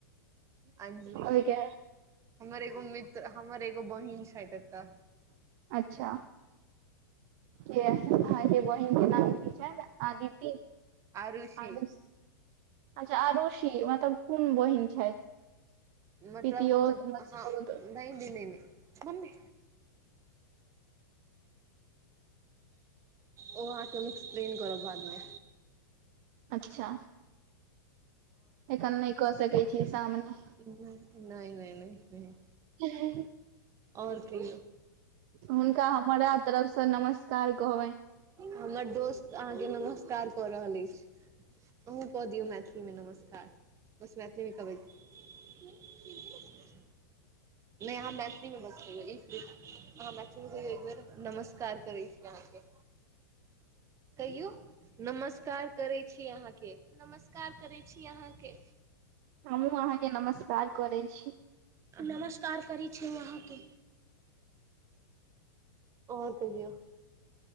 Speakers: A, on the right; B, on the right.
A: अंजलि
B: ओहिके
A: छी हमर एगो मित्र हमर एगो बहिन छथि एतऽ
B: अच्छा य ह ये बहिन के नाम की छैन आदिति
A: आरुषी
B: आरो अच्छा अड़ोसी मतलब कोन बहिन छथि
A: मतलब
B: पितियोत
A: हमस
B: मसियौत
A: हाँ नहि दने नहि मम्मी ओ अहाँके हम एक्सप्लेन करब बादमे
B: अच्छा एखन नहि कऽ सकै छी सामने
A: इ नहि नहि नहि
B: ह
A: ओर कहियो
B: हुनका हमरा तरफसँ नमस्कार कहबनि
A: हमर दोस्त अहाँके नमस्कार कऽ रहल अछि अहूँ कऽ दियौ मैथिलीमे नमस्कार बस मैथिलीमे कबय ठीक नहि अहाँ मैथिली में बस अहाँ मैथिली मे कहियो एक बेर नमस कार करै छी अहाँके कहियौ नमस्कार करै छी अहाँके नमस्कार करै छी अहाँके
B: हमहहुँ अहाँके नमस्कार करैत छी
A: नमस्कार करै छी हम अहाँके ओर कहियौ